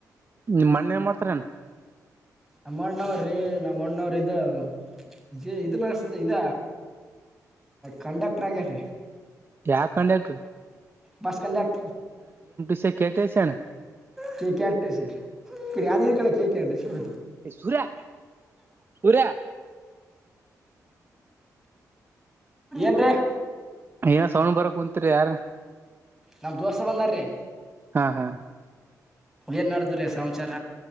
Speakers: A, on the right (about 35°); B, in the centre.
A: ನಿಮ್ಮ್ ಅಣ್ಣ ಎನ್ ಮಾಡ್ತಾರನ.
B: ನಮ್ಮಣ್ಣವ್ರಿ ನಮ್ಮಣ್ಣವ್ರ ಇದ ಜಿ ನಸ್ ಇದ ಕಂಡಕ್ಟರ್ ಆಗ್ಯಾರ್ರೀ.
A: ಯಾ ಕಂಡ್ಯಾಕ್ಟ್ರಿ.
B: Bus ಕಂಡ್ಯಾಕ್.
A: C K T C ಅಣ್ಣ
B: K K R T C ಯಾದ ಕೆ ಕಾ ಟಿ ಸಿ
A: ಸೂರ್ಯ ಸೂರ್ಯ
B: <unintelligible> <unintelligible>
A: ಏನ ಸೌಣ್ ಬರಕುಂತ್ ಯಾರ್.
B: ನಮ್ ದೋಸ್ರು ಬಂದಾರೀ.
A: ಹಾ ಹಾ
B: ಏನ್ ನಾಡದ್ರೀ ಸಮಚಾರ.